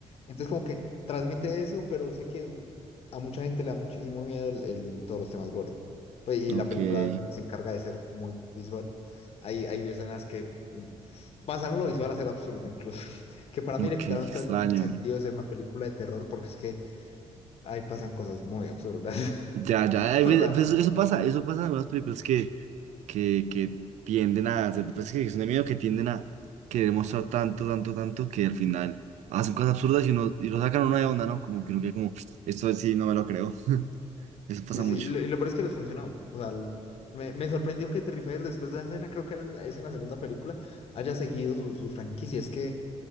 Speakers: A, on the left; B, on the right.
A: Entonces como que transmite eso, pero sé que a mucha gente le da muchísimo miedo el, el- todos los temas gore. Pues, y
B: ok,
A: la película se encarga de ser muy visual. Hay, hay escenas que mm, pasaron lo visual a ser absurdo incluso. <laughs> Que para mí
B: ok,
A: le quitaron
B: qué extraño.
A: todo el sentido de ser una película de terror porque es que ahí pasan cosas muy absurdas. <laughs>
B: Ya, ya, hay
A: O sea,
B: pues, eso pasa, eso pasa en algunas películas que que, que tienden a hacer, pues que es de miedo, que tienden a querer mostrar tanto, tanto, tanto, que al final hacen cosas absurdas y, uno, y lo sacan a uno de onda, ¿no? Como que uno queda como, esto sí, no me lo creo. Eso pasa
A: sí,
B: mucho.
A: sí. Lo, y lo peor es que les funcionó. O sea, l- me, me sorprendió que Terrifier después de la escena, creo que era la, es en la segunda película, haya seguido su, su franquicia. Es que...